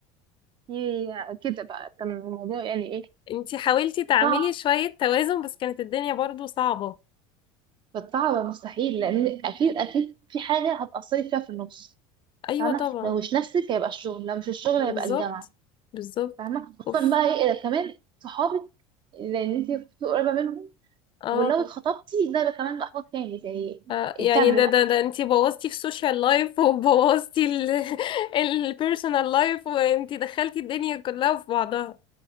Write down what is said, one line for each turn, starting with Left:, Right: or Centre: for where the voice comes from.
Right: في كده بقى كان الموضوع يعني ايه
Left: انتي حاولتي تعملي
Right: صعب
Left: شوية توازن بس كانت الدنيا برضو صعبة
Right: فالصعب مستحيل لان اكيد اكيد في حاجه هتاثري فيها في النص
Left: ايوه
Right: فاهمه
Left: طبعا
Right: لو مش نفسك هيبقى الشغل لو مش الشغل
Left: بالظبط
Right: هيبقى الجامعه
Left: بالظبط
Right: فاهمه خصوصا
Left: اوف
Right: بقى ايه إذا كمان صحابك لان انت كنت قريبه منهم
Left: اه
Right: ولو اتخطبتي ده بقى كمان بقى خطوة تاني زي
Left: آه، يعني
Right: اهتمي
Left: ده
Right: بقى
Left: ده ده انتي بوظتي في السوشيال لايف وبوظتي <laughs> ال البيرسونال لايف <laughs> وانتي دخلتي الدنيا كلها في بعضها